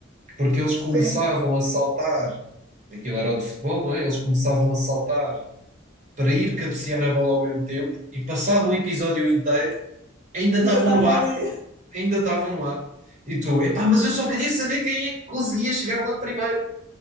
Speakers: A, on the right; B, on the right.
A: Porque eles
B: Sim,
A: começavam a saltar, aquilo era o de futebol, não é? Eles começavam a saltar para ir cabecear a bola ao mesmo tempo e passado um episódio inteiro ainda estavam
B: ainda estavam
A: no ar,
B: ali.
A: ainda estavam no ar. E tu, epá, mas eu só queria saber quem é que conseguia chegar lá primeiro.